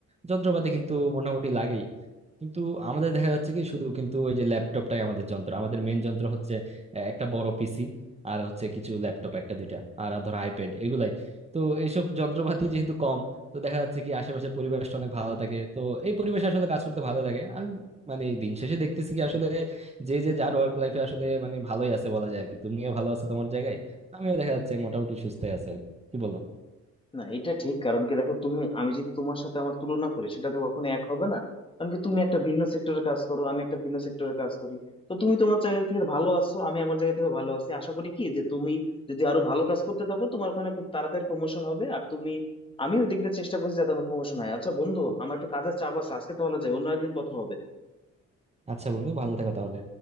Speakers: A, on the right; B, on the left.
A: যন্ত্রপাতি কিন্তু মোটামুটি লাগেই কিন্তু আমাদের দেখা যাচ্ছে কি শুধু কিন্তু ওই যে ল্যাপটপটাই আমাদের যন্ত্র আমাদের মেন যন্ত্র হচ্ছে আহ, একটা বড় পিসি আর হচ্ছে কিছু ল্যাপটপ একটা দুইটা আর ধর আইপ্যাড এগুলাই তো এইসব যন্ত্রপাতি যেহেতু কম তো দেখা যাচ্ছে কি আশেপাশের পরিবেশটা অনেক ভালো থাকে তো এই পরিবেশে আসলে কাজ করতে ভালো লাগে আর মানে দিন শেষে দেখতেছি কি আসলে যে যে যার ওয়ার্ক লাইফে আসলে মানে ভালোই আছে বলা যায় আর কি তুমিও ভালো আছো তোমার জায়গায় আমিও দেখা যাচ্ছে মোটামুটি সুস্থ আছে আর কি কি বলো
B: না এটা ঠিক কারণ কি দেখো তুমি আমি যদি তোমার সাথে আমার তুলনা করি সেটা তো কখনো এক হবে না কারণ কি তুমি একটা ভিন্ন সেক্টরে কাজ করো আমি একটা ভিন্ন সেক্টরে কাজ করি তো তুমি তোমার জায়গা থেকে ভালো আছো আমি আমার জায়গা থেকে ভালো আছি আশা করি কি যে তুমি যদি আরো ভালো কাজ করতে থাকো তোমার ওখানে খুব তাড়াতাড়ি প্রমোশন হবে আর তুমি আমি ওই দিক দিয়ে চেষ্টা করছি যাতে আমার প্রমোশন হয় আচ্ছা বন্ধু আমার একটু কাজের চাপ আছে আজকে তাহলে যাই অন্য একদিন কথা হবে
A: আচ্ছা বন্ধু ভালো থাকো তাহলে